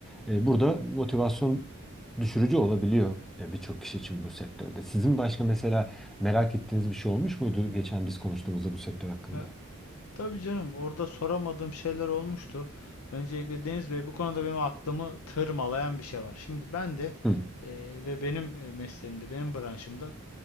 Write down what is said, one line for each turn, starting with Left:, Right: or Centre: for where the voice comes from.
Centre: e, burada motivasyon düşürücü olabiliyor e, birçok kişi için bu sektörde. Sizin başka mesela merak ettiğiniz bir şey olmuş muydu geçen biz konuştuğumuzda bu sektör hakkında?
Left: E, tabii canım orada soramadığım şeyler olmuştu. Öncelikle Deniz Bey bu konuda benim aklımı tırmalayan bir şey var. Şimdi ben de
Centre: Hı.
Left: e, ve benim e, mesleğimde, benim branşımda